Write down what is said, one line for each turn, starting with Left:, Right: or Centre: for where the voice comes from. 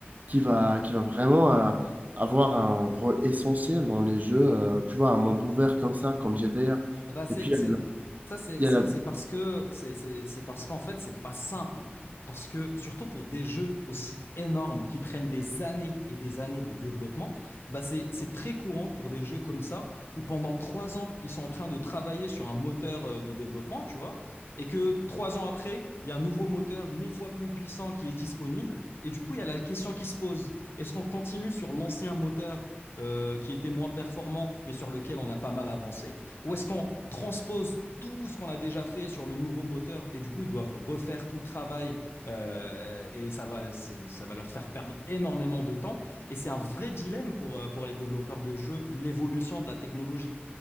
Right: qui va, qui va vraiment euh, avoir un rôle essentiel dans les jeux, euh, tu vois, un monde ouvert comme ça, comme GTA.
Left: Ah bah c'est,
Right: Et puis, il
Left: c'est,
Right: y a la-
Left: ça, c'est
Right: il y
Left: c'est-
Right: a la-
Left: c'est parce que, c'est c'est- c'est parce qu'en fait, c'est pas simple. Parce que, surtout pour des jeux aussi énormes qui prennent des années et des années de développement, bah c'est c'est très courant pour des jeux comme ça, où pendant trois ans, ils sont en train de travailler sur un moteur euh, de développement, tu vois, et que trois ans après, il y a un nouveau moteur mille fois plus puissant qui est disponible, et du coup, il y a la question qui se pose, est-ce qu'on continue sur l'ancien moteur euh, qui était moins performant, mais sur lequel on a pas mal avancé? Ou est-ce qu'on transpose tout ce qu'on a déjà fait sur le nouveau moteur et du coup ils doivent refaire tout le travail euh, et ça va ça va leur faire perdre énormément de temps et c'est un vrai dilemme pour euh, pour les développeurs de jeux l'évolution de la technologie